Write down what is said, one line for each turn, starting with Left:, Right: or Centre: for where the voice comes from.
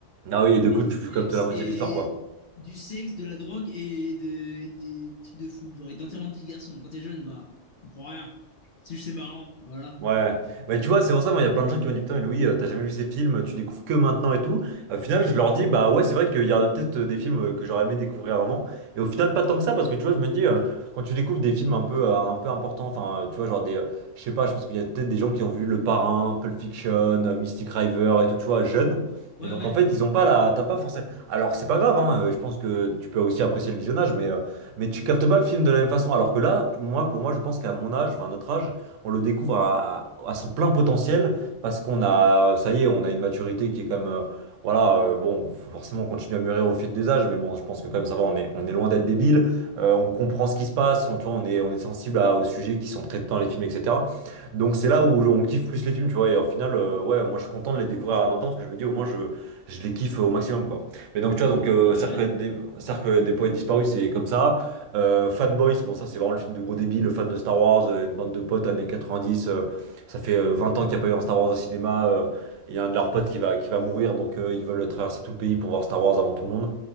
Right: Ah oui, et du
Left: Et
Right: coup,
Left: du
Right: tu tu
Left: sexe,
Right: captes la moitié
Left: et
Right: de l'histoire, quoi.
Left: du sexe, de la drogue et de, et des trucs de fou, genre, et d'enterrement de vie de garçon. Quand t'es jeune, bah, on comprend rien. C'est juste, c'est marrant, voilà.
Right: Ouais, mais tu vois, c'est pour ça, moi, il y a plein de gens qui m'ont dit, putain, mais Louis, euh, t'as jamais vu ces films, tu découvres que maintenant et tout. Au final, je leur dis, bah ouais, c'est vrai qu'il y a peut-être euh, des films euh, que j'aurais aimé découvrir avant. Et au final, pas tant que ça, parce que tu vois, je me dis, euh, quand tu découvres des films un peu, euh, un peu importants, enfin, euh, tu vois, genre des, euh, je sais pas, je pense qu'il y a peut-être des gens qui ont vu Le Parrain, Pulp Fiction, euh, Mystic River et tout, tu vois, jeunes.
Left: Ouais,
Right: Et donc,
Left: ouais.
Right: en fait, ils ont pas la, t'as pas forcément. Alors, c'est pas grave, hein, euh, je pense que tu peux aussi apprécier le visionnage, mais, euh, mais tu captes pas le film de la même façon. Alors que là, moi, pour moi, je pense qu'à mon âge, enfin, à notre âge, on le découvre à, à son plein potentiel parce qu'on a, ça y est, on a une maturité qui est comme, euh, voilà, euh, bon, faut forcément continuer à mûrir au fil des âges, mais bon, je pense que quand même ça va, on est, on est loin d'être débile, euh, on comprend ce qui se passe, on, tu vois, on est, on est sensible à- aux sujets qui sont traités dans les films, etc. Donc c'est là où on kiffe plus les films, tu vois, et au final, euh, ouais, moi je suis content de les découvrir à 20 ans parce que je me dis au moins je, je les kiffe au maximum, quoi. Mais donc tu vois, donc euh,
Left: Bah
Right: Cercle
Left: ouais.
Right: des, Cercle des poètes disparus, c'est comme ça. Euh, Fanboys, bon ça c'est vraiment le film de gros débile, fan de Star Wars, euh, une bande de potes années 90, euh, ça fait euh, 20 ans qu'il n'y a pas eu un Star Wars au cinéma, euh, et il y a un de leurs potes qui va, qui va mourir, donc euh, ils veulent traverser tout le pays pour voir Star Wars avant tout le monde.